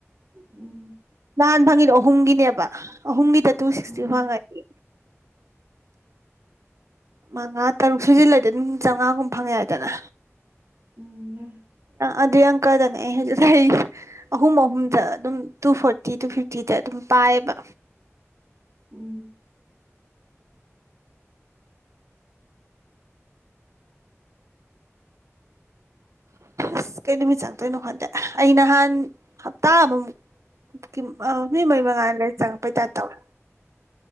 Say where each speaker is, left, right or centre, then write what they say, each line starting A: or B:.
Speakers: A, on the right; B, on the right.
A: ꯎꯝ
B: ꯅꯍꯥꯟ ꯐꯪꯉꯤꯗꯣ ꯑꯍꯨꯝꯒꯤꯅꯦꯕ ꯑꯍꯨꯝꯒꯤꯗ ꯇꯨ ꯁꯤꯛꯁꯇꯤ
A: ꯎꯝ
B: ꯐꯪꯉꯗꯤ ꯃꯉꯥ ꯇꯔꯨꯛ ꯁꯨꯖꯤꯜꯂꯗꯤ ꯑꯗꯨꯝ ꯆꯥꯝꯃꯉꯥꯒꯨꯝꯕ ꯐꯪꯉꯦ ꯍꯥꯏꯗꯅ
A: ꯎꯝ
B: ꯑꯗꯨꯏ ꯑꯪꯀꯗꯅꯦ ꯑꯩ ꯍꯧꯖꯤꯛ ꯂꯩꯔꯤꯁꯦ ꯑꯍꯨꯝ ꯑꯍꯨꯝꯗ ꯑꯗꯨꯝ ꯇꯨ ꯐꯣꯔꯇꯤ ꯇꯨ ꯐꯤꯐꯇꯤꯗ ꯑꯗꯨꯝ ꯄꯥꯏꯌꯦꯕ
A: ꯎꯝ
B: ꯑꯁ ꯀꯩ ꯅꯨꯃꯤꯠ ꯆꯪꯗꯣꯏꯅꯣ ꯈꯣꯟꯗꯦ ꯑꯩ ꯅꯍꯥꯟ ꯍꯞꯇꯥ ꯑꯃꯃꯨꯛ ꯀꯤꯝ ꯑꯥ ꯃꯤ ꯃꯌꯨꯝ ꯕ ꯑꯗꯩ ꯆꯪꯉꯛꯄꯩ ꯇꯥꯢꯄ ꯇꯧꯔꯦ